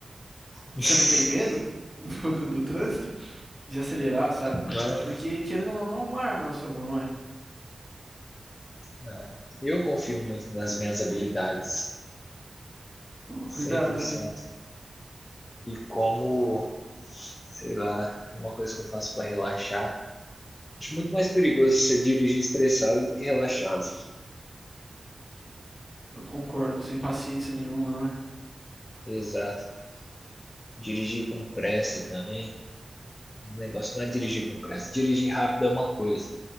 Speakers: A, on the left; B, on the right.
A: <laughs>
B: Você não tem medo um <laughs> pouco do trânsito? De acelerar, sabe?
A: Não,
B: Porque querendo ou não, é uma arma na sua mão, não é?
A: não. Eu confio muito nas minhas habilidades,
B: Toma cuidado,
A: cem por
B: tá?
A: cento. E como, sei lá, é uma coisa que eu faço para relaxar. Acho muito mais perigoso você dirigir estressado do que relaxado.
B: Eu concordo, sem paciência nenhuma, não é?
A: Exato. Dirigir com pressa também. O negócio não é dirigir com pressa. Dirigir rápido é uma coisa,